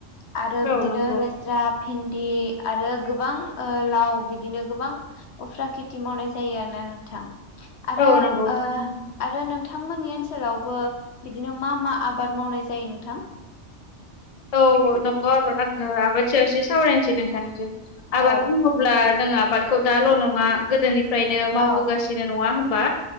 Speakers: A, on the left (about 65°); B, on the left (about 35°).
A: आरो
B: औ
A: बिदिनो
B: नंगौ
A: लेस्रा भिन्दि आरो गोबां ओ लाव बिदिनो गोबां उफ्रा खेथि मावनाय जायो आरो ना नोंथां आरो
B: औ नंगौ
A: ओ
B: थारैनो
A: आरो नों थांमोननि ओनसोलावबो बिदिनो मा मा आबाद मावनाय जायो नोंथां?
B: औ नंगौ आङो आबादसे एसे सावरायनोसै नोंथांजों
A: औ
B: आबाद बुङोब्ला जोङो आबादखौ दाल' नङा गोदोनिफ्रायनो मावबोगासिनो
A: औ
B: नङा होन बा